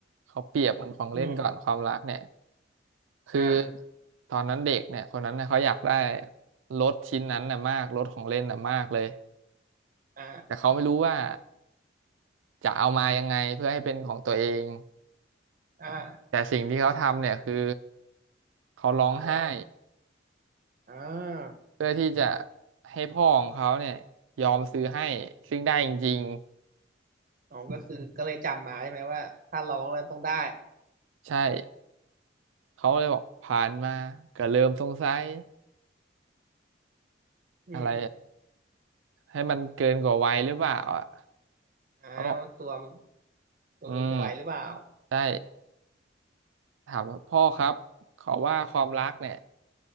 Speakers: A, on the right; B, on the right.
A: เขาเปรียบเหมือนของเล่นก่อนความรักเนี่ย
B: อืม
A: คือ
B: อ่า
A: ตอนนั้นเด็กเนี่ยคนนั้นเนี่ยเขาอยากได้รถชิ้นนั้นน่ะมากรถของเล่นน่ะมากเลย
B: อ่า
A: แต่เขาไม่รู้ว่าจะเอามายังไงเพื่อให้เป็นของตัวเอง
B: อ่า
A: แต่สิ่งที่เขาทำเนี่ยคือเขาร้องไห้
B: ทำอะไรครับอ่า
A: เพื่อที่จะให้พ่อของเขาเนี่ยยอมซื้อให้ซึ่งได้จริง
B: อ๋อก็คือก็เลยจำมาใช่ไหมว่าถ้าร้องแล้วต้องได้
A: ๆใช่เขาเลยบอกผ่านมาก็เริ่มสงสัย
B: อืม
A: อะไรให้มันเกินกว่าวัยหรือเปล่าอ่ะ
B: อ่าว่าตัว
A: เขาบอก
B: ตัวเกินกว่าวัยหรือเปล่า
A: อืมได้ถามว่าพ่อครับขอว่าความรักเนี่ย